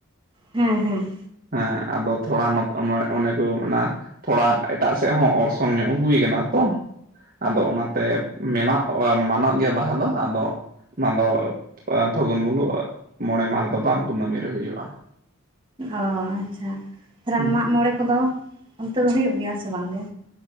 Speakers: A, on the right (about 25°); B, on the right (about 40°).
A: ᱦᱮᱸ ᱦᱮᱸ
B: ᱦᱮᱸ ᱟᱫᱚ ᱛᱷᱚᱲᱟ ᱱᱚ ᱚᱱᱮ ᱚᱱᱮ ᱠᱚ ᱢᱮᱱᱟ ᱛᱷᱚᱲᱟ ᱮᱴᱟᱜ ᱥᱮᱫ ᱦᱚᱸ ᱚᱨᱥᱚᱝ ᱧᱚᱜ ᱦᱩᱭ ᱠᱟᱱᱟ ᱛᱚ᱾ ᱟᱫᱚ ᱚᱱᱟᱛᱮ ᱢᱮᱱᱟᱜ ᱢᱟᱱᱚᱜ ᱜᱮᱭᱟ ᱵᱟᱦᱟ ᱫᱚ ᱟᱫᱚ ᱾ ᱚᱱᱟ ᱫᱚ ᱯᱷᱟᱹᱜᱩᱱ ᱢᱩᱞᱩᱜ ᱢᱚᱬᱮ ᱢᱟᱦᱟ ᱨᱮᱫᱚ ᱵᱟᱝ ᱠᱩᱱᱟᱹᱢᱤ ᱨᱮ ᱦᱩᱭᱩᱜᱼᱟ ᱾
A: ᱚ ᱟᱪᱪᱷᱟ ᱛᱷᱚᱨᱟᱢ
B: ᱦᱮᱸ
A: ᱢᱟᱜᱢᱚᱬᱮ ᱠᱚᱫᱚ ᱚᱱᱛᱮ ᱫᱚ ᱦᱳᱭᱳᱜ ᱜᱮᱭᱟ ᱥᱮ ᱵᱟᱝ ᱜᱮ?